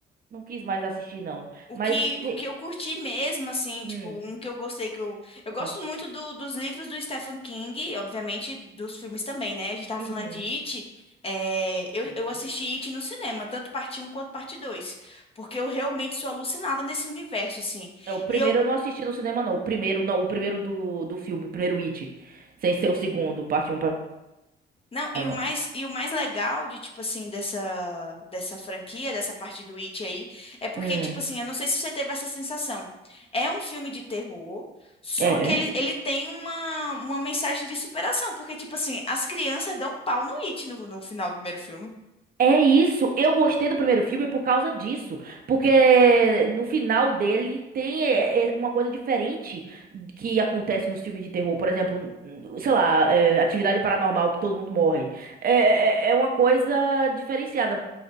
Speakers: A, on the right; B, on the left.
A: não quis mais assistir, não.
B: O
A: Mas
B: que,
A: te...
B: o que eu curti mesmo, assim, tipo,
A: hum,
B: um que eu gostei, que eu... Eu
A: conte.
B: gosto muito do- dos livros do Stephen King, obviamente dos filmes também, né? A gente tava
A: Uhum.
B: falando de It, é, eu,
A: Uhum.
B: eu assisti It no cinema, tanto parte Um quanto parte Dois porque eu realmente sou alucinada nesse universo, assim.
A: É, o primeiro
B: E eu,
A: eu não assisti no cinema, não. O primeiro, não, o primeiro do, do filme, o primeiro It. Sem ser o segundo, parte um
B: Não,
A: para
B: e o mais, e o mais legal de, tipo assim, dessa, dessa franquia, dessa parte do It aí, é porque,
A: Hum.
B: tipo assim, eu não sei se você teve essa sensação. É um filme de terror, só
A: É.
B: que ele,
A: é.
B: ele tem uma, uma mensagem de superação, porque, tipo assim, as crianças dão pau no It no, no final do primeiro filme.
A: É isso, eu gostei do primeiro filme por causa disso, porque no final dele tem é, é, uma coisa diferente que acontece nos filmes de terror, por exemplo, n- sei lá, é, atividade paranormal que todo mundo morre, é, é- é uma coisa diferenciada.